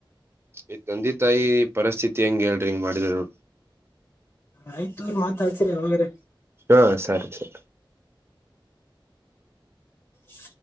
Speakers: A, on the right; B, on the left.
A: ಈ ತಂದೆ ತಾಯಿ ಪರಿಸ್ಥಿತಿ ಹೆಂಗ ಹೇಳ್ರಿ ಇಂಗ ಮಾಡಿದ್ರ
B: ಆಯ್ತು ಅವರು ಮಾತಾಡ್ತರ್ ಹೋಗ್ರಿ
A: ಹಾ ಸರಿ ಸರಿ
B: ಶ್